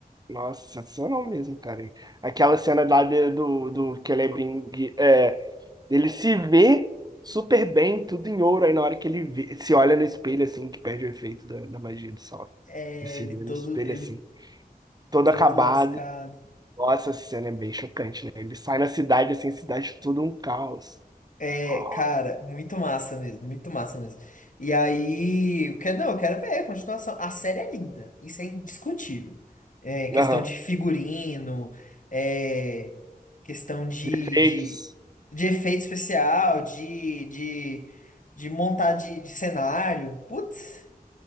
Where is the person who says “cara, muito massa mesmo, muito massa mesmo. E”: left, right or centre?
Left